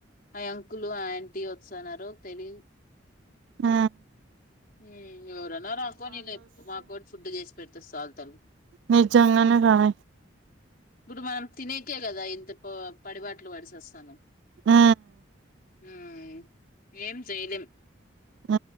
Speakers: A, on the left; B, on the right.
A: ఆ అంకులు ఆంటీ వస్తున్నారు తెలిదు
B: ఉ
A: ఊ ఎవరన్నా రాకోనిలే మాకోటి ఫుడ్ చేస్ పెడితే సాలు తలు
B: నిజ్జంగానే గానే
A: గుడ్ మార్న తినేకే కదా ఇంత ప పడిబట్లు పడి సస్తానం
B: ఉ
A: ఉమ్ ఏం చేయలేం
B: ఊ